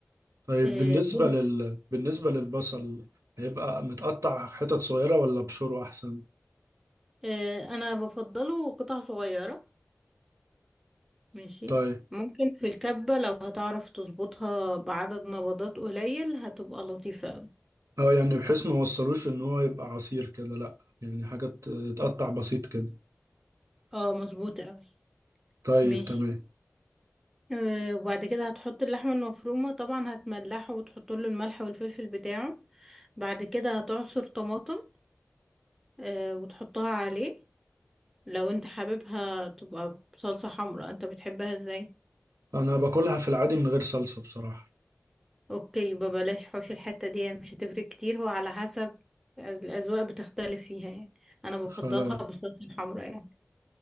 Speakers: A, on the right; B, in the centre.
A: طيب
B: آه،
A: بالنسبه
B: لون-
A: لل بالنسبه للبصل هيبقى متقطع حتت صغيره ولا بشوره احسن
B: آه، انا بفضله قطع صغيرة ماشي
A: طيب
B: ممكن في الكبة لو هتعرف تظبطها بعدد نبضات قليل هتبقى لطيفة اوي
A: اه يعني بحيث ما وصلوش ان هو يبقى عصير كده لا يعني حاجات تقطع بسيط كده
B: اه مظبوطة اوي
A: طيب
B: ماشي
A: تمام
B: آه، وبعد كده هتحط اللحمة المفرومة طبعا هتملحه وتحط له الملح والفلفل بتاعه بعد كده هتعصر طماطم آه، وتحطها عليه لو انت حاببها تبقى بصلصة حمراء انت بتحبها ازاي
A: انا باكلها في العادي من غير صلصه بصراحه
B: اوكي يبقى بلاش حوش الحتة دي مش هتفرق كتير هو على حسب الأذواق بتختلف فيها يعني انا بفضلها
A: خلاص
B: بالصلصة الحمراء يعني